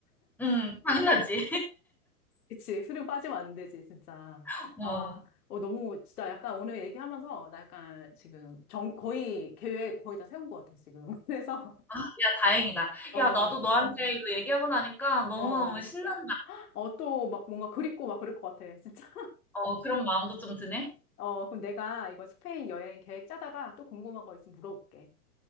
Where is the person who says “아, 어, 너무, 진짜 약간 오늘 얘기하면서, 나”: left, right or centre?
Left